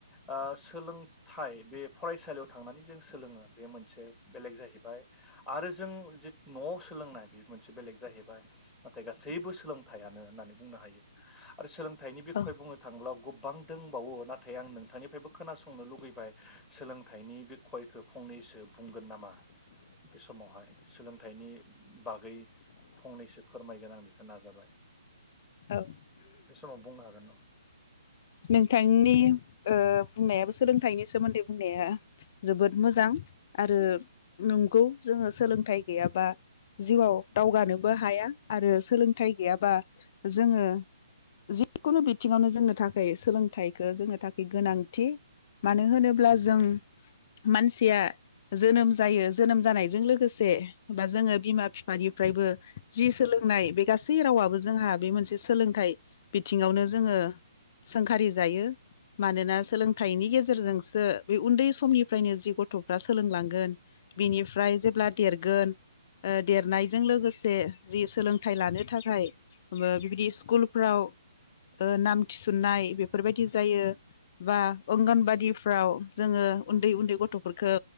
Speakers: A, in the centre; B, on the left.
A: सोलोंथाइ बे फरायसालियाव थांनानै जों सोलोङो बे मोनसे बेलेग जाहैबाय आरो जों जि नआव सोलोंनाय बे मोनसे बेलेग जाहैबाय नाथाय गासैबो सोलोंथाइयानो होननानै बुंनो हायो आरो सोलों थाइनि बिखय
B: औ
A: बुंनो थांङोब्ला गुब बां दंबावो नाथाय आं नोंथांनिफ्रायबो खोनासंनो लुगैबाय सोलोंथाइनि बे खयखौ फंनैसो बुंगोन नामा बे समावहाय सोलोंथाइनि बागै फंनैसो फोरमायगोन आं बेखौ नाजाबाय
B: औ ओ
A: बे समाव बुंनो हागोन
B: नोंथांनि बुंनायाबो सोलोंथाइनि सोमोन्दै बुंनाया जोबोद मोजां आरो नंगौ जोङो सोलोंथाइ गैयाबा जिउआव दावगानोबो हाया आरो सोलोंथाइ गैयाबा जोङो जिकुनु बि बिथिङावनो जोंनो थाखाय सोलोंथाइखौ जोंनो थाखाय गोनां थि मानो होनोब्ला जों मान सिया जोनोम जायो जोनोम जानायजों लोगोसे बा जोङो बिमा बिफानिफ्रायबो जि सोलोंनाय बे गासै रावाबो जोंहा बे मोनसे सोलोंथाइ बिथिङावनो जोङो सोंखारि जायो मानोना सोलोंथाइनि गेजे गेजेरजोंसो बे उन्दै समनिफ्रायनो जि गथ' फ्रा सोलोंलांगोन बिनिफ्राय जेब्ला देरगोन देरनायजों लोगोसे जि सोलोंथाइ लानो थाख खाय बो बेबादिस स्कुलफ्राव ओ नाम थिसन्नाय बेफोरबायदि जायो बा अंगनबादि फ्राव जोङो
A: न
B: उन्दै उन्दै गथफोरखौ